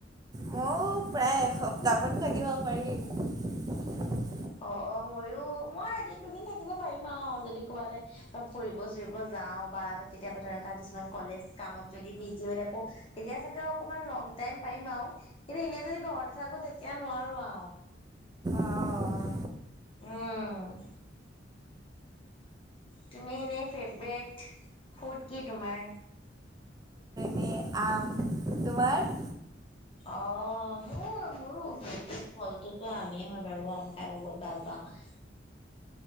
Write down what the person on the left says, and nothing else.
অ অ ময়ো মই এদিন দুদিন থাকিব পাৰিম আৰু যদি কবালে ফুৰিব চুৰিব যাওঁ বা কেতিয়াবা তেনেকুৱা কিছুমান কলেজ কামত যদি বিজি হৈ থাকো। তেতিয়া চাগে অকমান লং টাইম পাৰিম আৰু কিন্তু এনে যদি ঘৰতে থাকো তেতিয়া নোৱাৰো আৰু।
উম তুমি এনেই ফেভৰেট ফুড কি তোমাৰ‌?
অ মোৰ মোৰো ফলটোতো আমেই হয় বাৰু আম খাই মই বহুত ভাল পাওঁ।